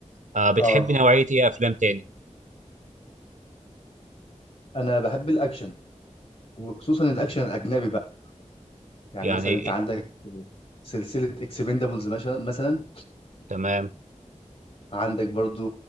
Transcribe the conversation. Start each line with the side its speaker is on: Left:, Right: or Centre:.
Right: أه بتحبي
Left: اه
Right: نوعيه ايه افلام تاني
Left: انا بحب الاكشن وخصوصا الاكشن الاجنبي بقى يعني
Right: يعني
Left: مثلا
Right: إيه؟
Left: انت عندك سلسله اكسبندابلز مثلا مثلا
Right: تمام
Left: عندك برضو